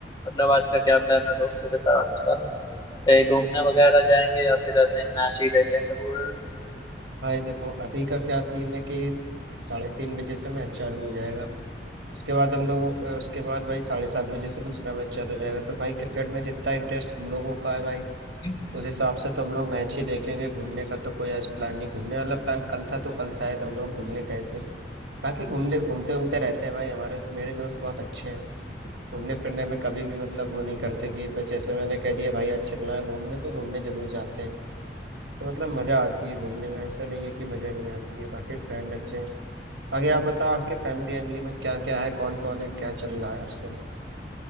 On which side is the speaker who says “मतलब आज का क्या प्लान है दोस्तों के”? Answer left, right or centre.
Left